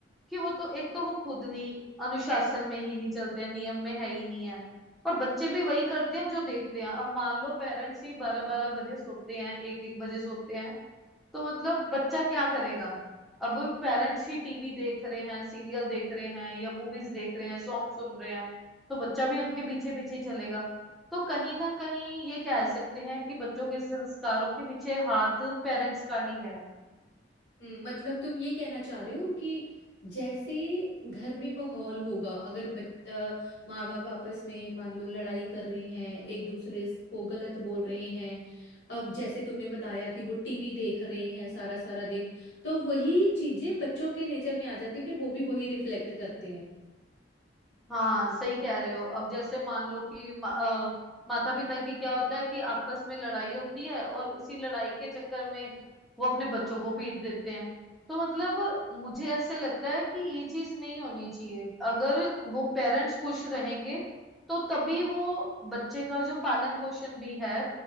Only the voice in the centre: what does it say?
कि वो तो एक तो वो खुद नहीं अनुशासन में ही नहीं चलते हैं, नियम में है ही नहीं है और बच्चे भी वही करते हैं जो देखते हैं अब मान लो पेरेंट्स ही बारह बारह बजे सोते हैं एक एक बजे सोते हैं तो मतलब बच्चा क्या करेगा अब पेरेंट्स ही टीवी देख रहे हैं सीरियल देख रहे हैं या मूवीज देख रहे हैं सॉन्ग सुन रहे हैं तो बच्चा भी उनके पीछे पीछे ही चलेगा तो कहीं ना कहीं ये कह सकते हैं कि बच्चों के संस्कारों के पीछे हाथ पेरेंट्स का ही है
हाँ सही कह रहे हो अब जैसे मान लो कि माता पिता की क्या होता है कि आपस में लड़ाई होती है और उसी लड़ाई के चक्कर में वो अपने बच्चों को पीट देते हैं तो मतलब मुझे ऐसे लगता है कि ये चीज नहीं होनी चाहिए अगर वो पेरेंट्स खुश रहेंगे तो तभी वो बच्चे का जो पालन पोषण भी है